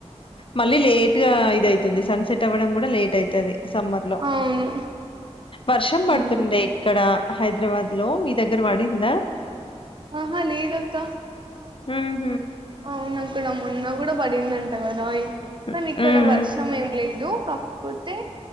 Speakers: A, on the left; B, on the right.
A: మళ్ళీ లేట్ గా ఇద అయితుంది సన్ సెట్ అవ్వడం కూడా లేట్ అయితది సమ్మర్ లో
B: అవును
A: వర్షం పడుతుండే
B: ఉమ్
A: ఇక్కడ హైద రాబాద్ లో మీ దగ్గర పడిందా
B: హా లేదక్క
A: ఉమ్
B: అవున అక్కడ మొన్న కూడా పడిందంట కదా ఎ
A: హ్మ్.
B: కానీ ఇక్కడ
A: హ్మ్.
B: వర్షం ఏం లే దు కాకపోతే